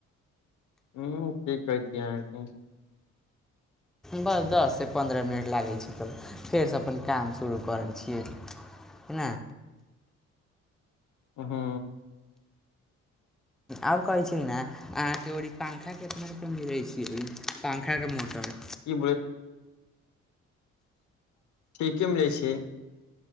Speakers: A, on the left; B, in the centre.
A: ह, ठीक कहैति अहाँकेँ
B: बस दससँ पन्द्रह मिनट लागै छै। तब फेरसँ अपन काम शुरू करै छियै। ना
A: हू।
B: आब कहै छी ना अहाँकेँ पंखा केतना रुपया मिलै छी पंखाके मोटर।
A: ब। ठीके मिलै छियै।